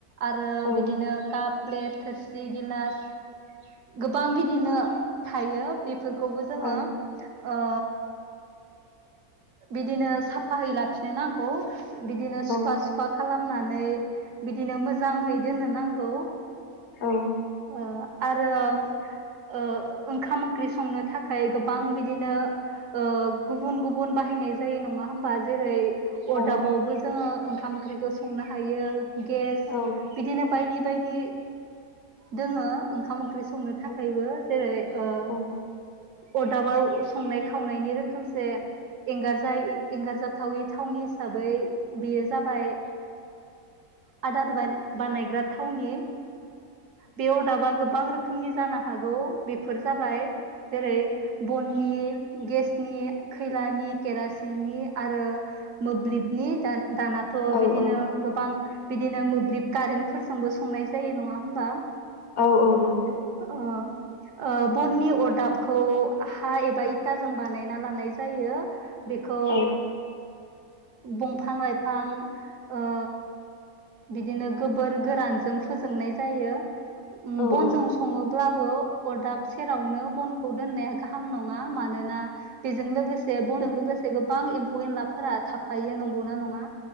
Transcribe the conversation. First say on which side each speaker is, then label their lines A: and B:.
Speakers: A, on the right (about 65°); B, on the left (about 55°).
A: आरो
B: औ
A: बिदिनो काप प्लेट थोरसि गिलास गोबां बिदिनो थायो बेफोरखौबो जोङो
B: औ
A: ओ बिदिनो साफायै लाखिनो नांगौ बिदिनो सुफा
B: औ
A: सुफा खालाम नानै बिदिनो मोजाङै दोननो नांगौ।
B: औ
A: ओ आरो ओ ओंखाम ओंख्रि संनो थाखाय गोबां बिदिनो ओ गुबुन गुबुन बाहायनाय जायो नङा होमबा जेरै
B: औ
A: अरदाबावबो जोङो ओंखाम ओंख्रिखौ संनो हायो गेस
B: औ
A: बिदिनो बायदि बायदि जोङो ओंखाम ओंख्रि संनो
B: औ
A: थाखायबो जेरै ओ
B: औ
A: अरदाबाव संनाय खावनायनि रोखोमसे एंगारजाय एंगारजाथावि थावनि हिसाबै बेयो जाबाय आदार <unintelligible> बानायग्रा थावनि बे अदाबा गोबां रोखोमनि जानो हागौ बे फोर जाबाय जेरै बननि गेसनि खैलानि केरासिननि आरो मोब्लिबनि दाना थ'
B: औ
A: बिदिनो
B: औ
A: गोबां बिदिनो मोब्लिब कारेन्टफोरजोंबो संनाय जायो नङा होमबा?
B: औ औ नंगौ
A: अ बननि अरदाबखौ हा एबा इथाजों बानायना लानाय जायो बेखौ
B: औ
A: बंफां लाइफां ओ बिदिनो गोबोर गोरानजों फोजोंनाय जायो उम
B: औ
A: बनजों
B: औ
A: सङो ब्लाबो अरदाब सेरावनो बनखौ दोननाया गाहाम नङा मानोना बेजों लोगोसे बनजों लोगोसे गोबां एम्फौ एनलाफोरा थाफायो नंगौना नङा?